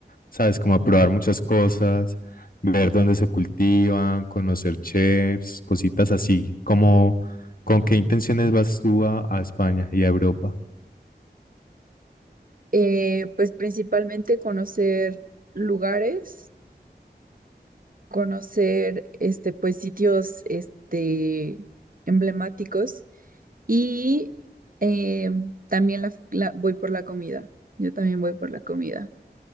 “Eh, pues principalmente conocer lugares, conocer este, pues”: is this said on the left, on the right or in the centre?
Right